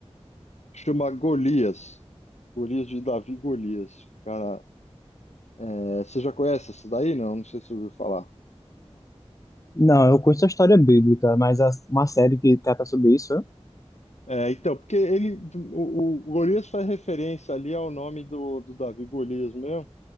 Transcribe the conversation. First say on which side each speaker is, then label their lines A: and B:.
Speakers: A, on the left; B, on the left.
A: chama Golias, Golias de Davi Golias. Cara, é, você já conhece essa daí? Não, não sei se você ouviu falar.
B: Não, eu conheço a história bíblica, mas a- uma série que trata sobre isso, é?
A: É, então, porque ele, o, o Golias faz referência ali ao nome do, do Davi Golias mesmo.